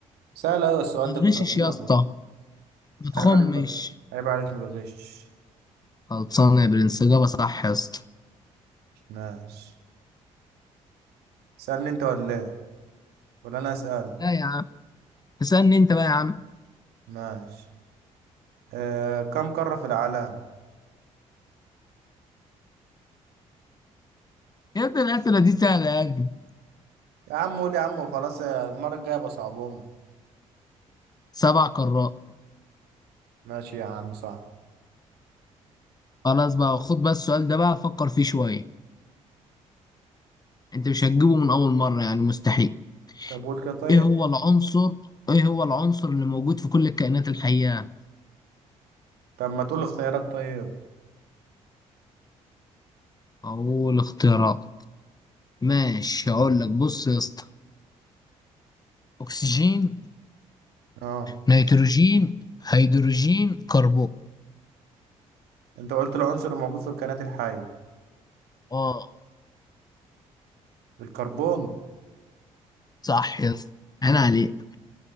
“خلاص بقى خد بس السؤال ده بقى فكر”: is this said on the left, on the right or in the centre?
Left